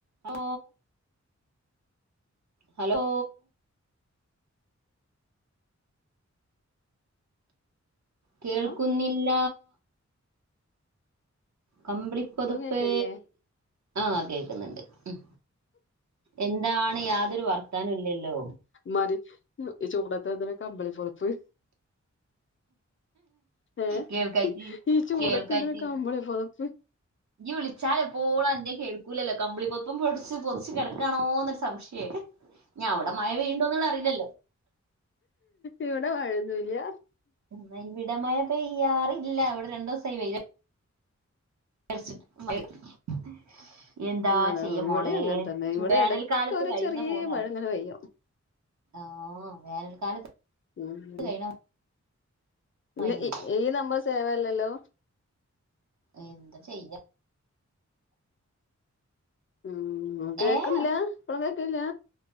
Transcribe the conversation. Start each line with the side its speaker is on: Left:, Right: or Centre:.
Right: hello hello കേൾക്കുന്നില്ല
Left: Hello
Right: കമ്പിളിപ്പൊതപ്പേ
Left: ഇപ്പൊ കേക്കണില്ലേ
Right: ആഹ് കേക്കുന്നുണ്ട് ഉം എന്താണ് യാതൊരു വർത്താനം ഇല്ലല്ലോ
Left: മതി ഈ ചൂടത്ത് എന്തിനാ കമ്പിളി പൊതപ്പ് ഏഹ്
Right: കേൾക്കായിട്ട്
Left: ഈ ചൂടത്ത്
Right: കേൾക്കായിട്ട്
Left: എന്തിനാ കമ്പിളി പൊതപ്പ്
Right: ഇയ്യ് വിളിച്ചാല് എപ്പോളും അന്റെ കേൾ ക്കൂല്ലല്ലോ കമ്പളി പൊതപ്പും പൊടിച്ച് പൊതച്ച് കിടക്കാണോ എന്നൊരു സംശയം ഞാ <unintelligible> അവിടെ മഴ പെയ്യുന്നുണ്ടോന്ന് അറിയില്ലല്ലോ
Left: ഇവിടെ മഴെയൊന്നൂല്ല
Right: എന്ന ഇവിടെയ മഴ പെയ്യറില്ല ഇവിടെ രണ്ടു ദിവസായി വെയില <unintelligible> എന്താ
Left: ആണോ
Right: ചെയ്യ
Left: ഇവിടെ
Right: മോളെ
Left: അങ്ങനെ തന്നെ ഇവിടെ
Right: വേനൽക്കാലത്ത്
Left: ഇടക്ക് ഒരു
Right: കഴിയുന്ന
Left: ചെറിയ
Right: പോലാന്ന്
Left: മഴ ഇങ്ങനെ പെയ്യും
Right: ആഹ് വേനൽക്കാലത്ത്
Left: <unintelligible>
Right: കഴിയണ
Left: ഇത്
Right: മാതിരി
Left: ഈ നമ്പർ സേവല്ലല്ലോ
Right: എന്ത ചെയ്യാ
Left: ഉം കേക്കുന്നില്ല
Right: ഏ
Left: ഇപ്പളും കേക്കില്ല